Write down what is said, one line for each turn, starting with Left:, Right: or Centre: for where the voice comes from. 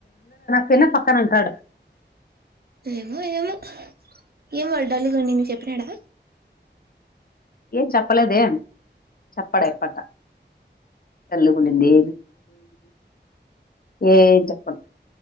Left: పన్న పక్కన అంటాడు
Right: ఏమో ఏమో ఏం పడి డలుగ నిను చెప్పినాడా
Left: ఏం చెప్పలేదే చెప్పడా ఎప్పట తల్లికునింది ఏం చెప్పండి